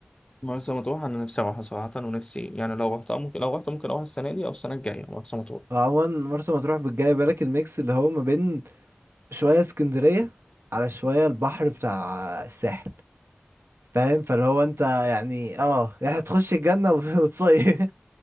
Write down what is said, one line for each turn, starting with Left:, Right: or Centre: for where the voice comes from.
Left: مرسى مطروح أنا نفسي أروحها صراحة ونفسي يعني لو رحتها ممكن لو رحت ممكن أروح السنة دي أو السنة الجاية مرسى مطروح
Right: وعموما مرسى مطروح بتجاي بالك الميكس اللي هو ما بين شوية اسكندرية على شوية البحر بتاع الساحل فاهم فاللي هو انت يعني اه يعني هتخش الجنة وت- <laughs> وتصيف